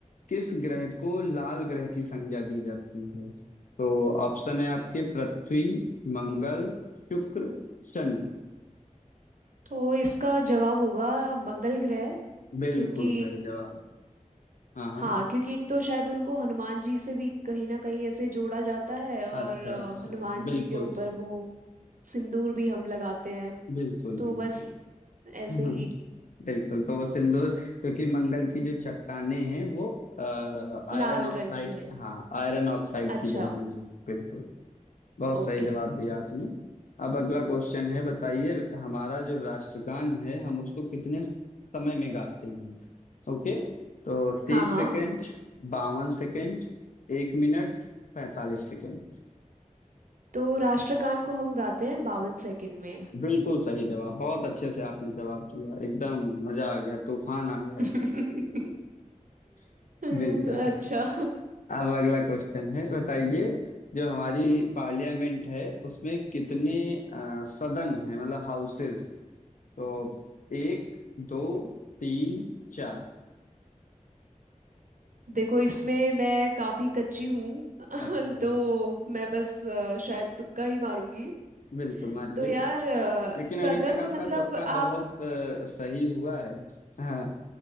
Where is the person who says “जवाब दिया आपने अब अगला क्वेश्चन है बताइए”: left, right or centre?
Left